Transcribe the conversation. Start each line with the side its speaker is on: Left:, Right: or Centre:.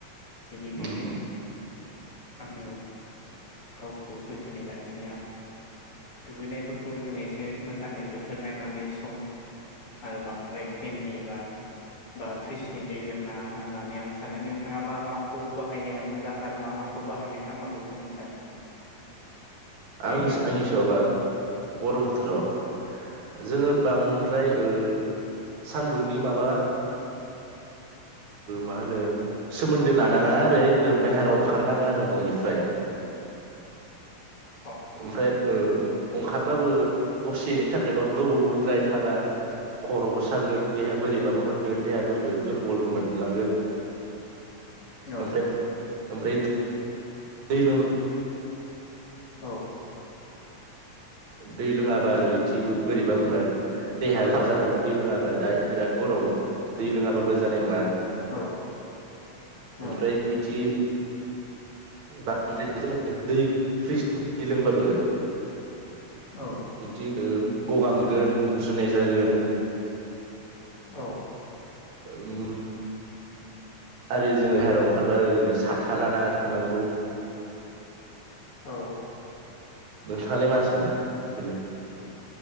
Left: बेनिखायनो
Right: उम
Left: आङो गावखौ जोथोनै लाखि नाया दुगैनायफोरखौ जोङो एसे मोजाङै बोथोर नायनानै सम आरो बांद्राय फेननि बा बा फ्रिजनि दै लोंना होननानै आं सानो नों थाङा मा माखौ बाहायनाया मोजां आरो मा माखौ बाहायनाय हामा बेखौ नों सानो? बे
Right: आं
Left: गोलोम
Right: आंनि
Left: बोथोराव
Right: सायावबा गरम बोथोराव जोङो बांद्राय ओ सान्दुंनि माबा मा होनो सोमोन्दो लानाङा
Left: औ
Right: आरो एकदम बहेरायाव ओंखारनाङा आरो न'निफ्राय।
Left: औ
Right: ओमफ्राय ओंखारबाबो दसेनि थाखायल' गोबावद्राय थानाङा खर'बो सागोन देहा बोरैबाबो मोनगोन देहाफोरखौ दुरबलबो मोनलांगोन।
Left: औ।
Right: ओमफ्राय ओमफ्राय दै ल
Left: औ।
Right: दै लोङाबा ओरै थबो बोरैबा देहायो बा जालाङो दै लोङाबा दा बिराद गरम दै
Left: उम
Right: लोङाबाबो जानाय नङा
Left: औ
Right: ओमफ्राय
Left: औ
Right: बिदि बां्र जोो दै फ्रिजनि लोंबाबो
Left: औ
Right: बिदि गगा मोनगोन बुजुनाय जागोन
Left: औ।
Right: उम। आरो जोङ लाहेरायाव ओंखारबा ओरैनो साथा लाना थांनांगौ।
Left: औ।
Right: नोंथाङालाय मा सानो बेखौनो।